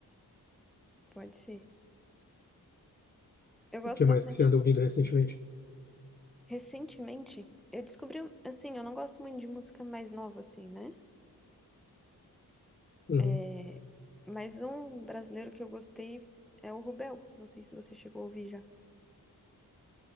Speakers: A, in the centre; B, on the left.
A: Pode ser. Eu gosto
B: O que mais
A: bastante.
B: que você anda ouvindo recentemente?
A: Recentemente, eu descobri, um, assim, eu não gosto muito de música mais nova, assim, né?
B: Uhum.
A: É... Mas um brasileiro que eu gostei é o Rubel. Não sei se você chegou a ouvir já.